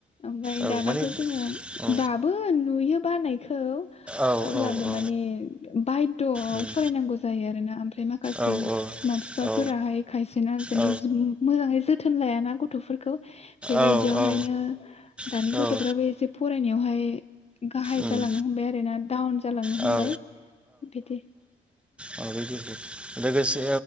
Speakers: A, on the left; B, in the centre.
A: ओमफाय
B: औ
A: दानाथ'
B: माने
A: जोङो
B: औ
A: दाबो नुयो बानायखौ
B: औ
A: अब्लाबो
B: औ औ
A: माने बाय द'
B: उम
A: फरायनांगौ। ओरैनो ओमफ्रा ओमफ्राय माखासे
B: औ
A: बिमा बिफाफोराहाय
B: औ
A: खायसेना जेनै
B: औ
A: जिम मोजाङै जोथोन लाया ना गथ'फोरखौ। बेबायदियावहायनो
B: औ औ
A: दानि
B: औ
A: गथ'फ्राबो एसे फरायनायावहाय बे गाहाय
B: उम
A: जालांनो हमबाय आरो ना डाउन जालांनो
B: औ
A: हमबाय बिदि।
B: माबायदि हो लोगोसे